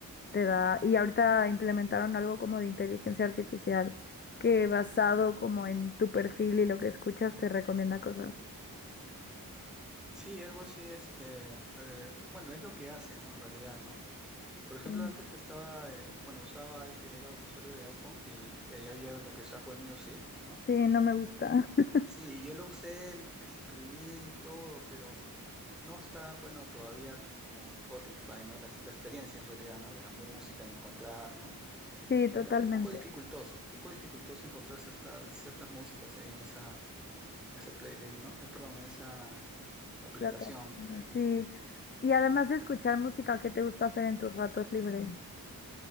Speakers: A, on the left; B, in the centre.
A: te da... Y ahorita implementaron algo como de inteligencia artificial que basado como en tu perfil y lo que escuchas te recomienda cosas.
B: Sí, algo así, este, eh, bueno, es lo que hacen, ¿no? En realidad, ¿no?
A: Sí,
B: Por ejemplo, antes estaba, eh, bueno, usaba, i- era usuario de iPhone y eh, había lo que es Apple Music, ¿no?
A: sí, no me gusta.
B: Y-
A: <laughs>
B: Sí, y yo lo usé, me suscribí y todo, pero no está, bueno, todavía como Spotify, ¿no? La, la experiencia en realidad, ¿no? De la música, el encontrar, ¿no?
A: Sí, totalmente.
B: Era un poco dificultoso, un poco dificultoso encontrar ciertas, ciertas músicas ahí en esa, en esa playlist, ¿no? Eh, perdón, en esa aplicación.
A: Plataforma, sí. Y además de escuchar música, ¿qué te gusta hacer en tus ratos libres?